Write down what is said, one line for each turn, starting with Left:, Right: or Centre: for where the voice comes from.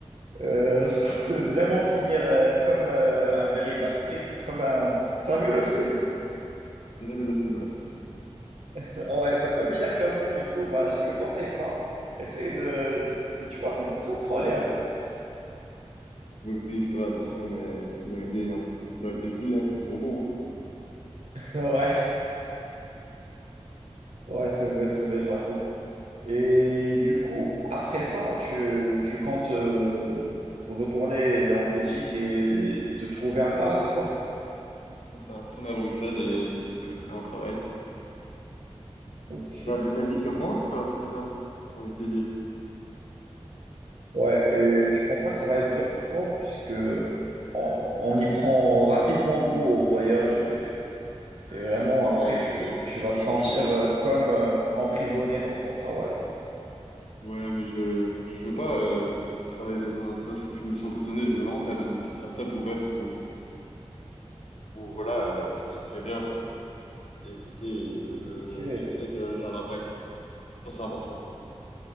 Right: Euh, <laughs> ça peut vraiment finir euh, comme euh, un very bad trip, comme un... T'as vu le film?
Left: J'ai vu le film, ouais.
Right: Ouais, ça peut finir comme ça, du coup, bah, je te le conseille pas. Essaye de, de- tu vois, de te contrôler un peu.
Left: Oui, oui, je ferai attention, mais, mais dans l'idée, hein, dans la tequila, c'est toujours bon. Hein.
Right: <laughs> Ouais, ouais, c'est vrai, c'est vrai, j'avoue. Et du coup, après ça, tu, tu comptes euh, retourner en Belgique et te trouver un taf, c'est ça?
Left: Ça, retourner à Bruxelles et rechercher un travail.
Right: Ok.
Left: La vraie vie commence, quoi, après ça, j'ai envie de te dire.
Right: Ouais, et tu penses pas que ça va être dur pour toi, puisque on, on y prend rapidement goût au voyage et, et vraiment
Left: Non,
Right: après, tu,
Left: je pense, je
Right: tu
Left: pense
Right: vas
Left: que
Right: te sentir
Left: je, je, je-
Right: euh, comme euh, emprisonné dans ton travail.
Left: Ouais, mais je, je veux pas euh, travailler dans un taf où je me sens emprisonné. Je veux vraiment travailler dans une petite start-up ouverte où, où voilà, euh, je me sentirais bien, quoi. Et écoutez, où je,
Right: Ok.
Left: je sentirais que j'ai un impact. Je pense que c'est important.